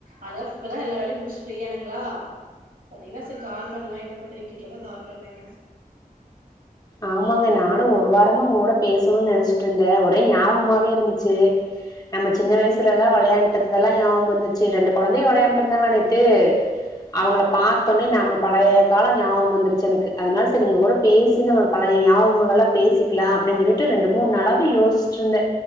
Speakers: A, on the right (about 75°); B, on the left (about 25°).
A: அதா இப்பதா எல்லா வேலயு முடிச்சி ஃப்ரீயானெங்ளா. பாத்தீங்கன்ன செரி கால் பண்லா என்ன பண்றீங்க கேக்கதா கால் பண்ணேங்க.
B: ஆமாங்க நானு ஒரு வாரமா ஒங் கூட பேசனுன் நெனச்சிட்ருந்தே. ஒரே ஞாபமாவே இருந்துச்சி. நம்ம சின்ன வயசுல எல்லா வெளையாண்ட் இருந்தெல்லா ஞாபம் வந்துச்சி. ரெண்டு கொழந்தையு வெளையாண்ட்டுருந்தாங்ளா நேத்து அவுங்கள பாத்தொன்னே நம்ம பழைய காலோ ஞாபம் வந்துருச்சி எனக்கு. அதனால செரி உங்க கூட பேசி பழைய ஞாபங்கல்லா பேசிக்லா அப்டின் சொல்லிட்டு ரெண்டு மூணு நாளாவே யோசிச்சிட்ருந்தே